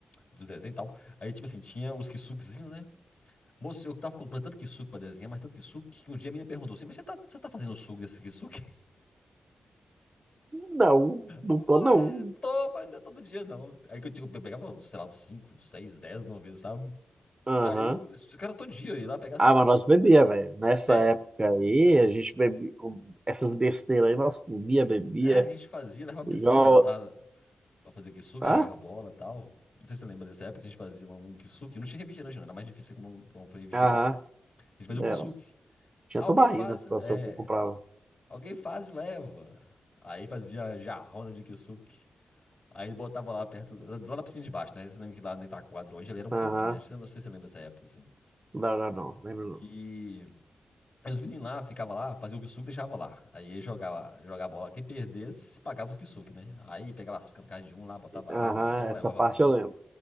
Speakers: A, on the left; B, on the right.
A: dos desenhos e tal. Aí, tipo assim, tinha os kisukezinhos, né? Moço, eu tava comprando tanto kisuke pra desenhar, mas tanto kisuke, que um dia a menina perguntou assim, mas você tá, você tá fazendo suco desse kisuke?
B: Não, não
A: Eu falei,
B: tô não.
A: toma, ainda todo dia não. Aí que eu, digo, eu pegava, sei lá, uns 5 6 10 de uma vez, sabe?
B: Aham.
A: Aí eu, eu cara todo dia, eu ia lá pegar
B: Ah,
A: só pra
B: mas nós bebia,
A: desenhar.
B: velho. Nessa
A: É,
B: época aí, a gente bebia com essas besteiras aí, nós comia, bebia.
A: é, a gente fazia, levava pra
B: Igual
A: piscina, botava pra fazer kisuke,
B: Ah?
A: né? Jogava bola e tal. Não sei se você lembra dessa época que a gente fazia um um kisuke. Não tinha refrigerante, não, era mais difícil como um, pra um refrigerante
B: Aham,
A: assim. A gente fazia um
B: era.
A: kisuke.
B: Tinha
A: Ah, alguém
B: tubaína,
A: faz, é,
B: que eu que comprava.
A: alguém faz e leva. Aí fazia jarrona de kisuke. Aí botava lá perto, lá na piscina de baixo, né? Você lembra que lá onde tá a quadra hoje, ele era um
B: Aham,
A: campinho, acho que você- não sei se você lembra dessa época, assim.
B: não, não, não, lembro não.
A: E aí os meninos lá ficavam lá, faziam o kisuke e deixava lá. Aí ele jogava, jogava bola. Quem perdesse, pagava os kisuke, né? Aí pegava açúcar na casa de um lá, botava
B: Aham,
A: água, então levava
B: essa parte
A: pronto.
B: eu lembro.